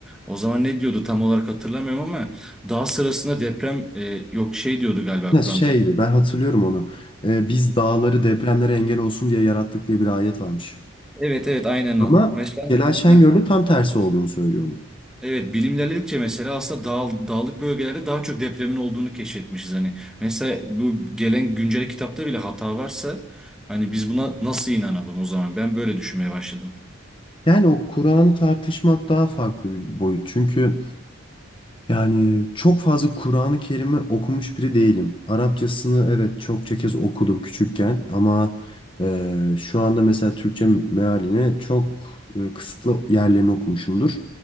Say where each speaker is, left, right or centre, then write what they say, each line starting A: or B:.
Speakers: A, in the centre; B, on the left.
A: O zaman ne diyordu tam olarak hatırlamıyorum ama daha sırasında deprem e, yok şey diyordu galiba
B: Ya
A: Kur'an'da.
B: şeydi ben hatırlıyorum onu. Ee, biz dağları depremlere engel olsun diye yarattık diye bir ayet varmış.
A: Evet evet aynen
B: Ama
A: o. Mesela
B: Celal Şengör
A: Heh.
B: tam tersi olduğunu söylüyor onun.
A: evet bilim ilerledikçe mesela aslında dağ, dağlık bölgelerde daha çok depremin olduğunu keşfetmişiz hani. Mesela bu gelen güncel kitapta bile hata varsa hani biz buna nasıl inanalım o zaman? Ben böyle düşünmeye başladım.
B: Yani o Kur'an'ı tartışmak daha farklı bir boyut. Çünkü Yani çok fazla Kur'an-ı Kerim'i okumuş biri değilim. Arapçasını evet çokça kez okudum küçükken ama e, şu anda mesela Türkçe mealini çok e, kısıtlı yerlerini okumuşumdur.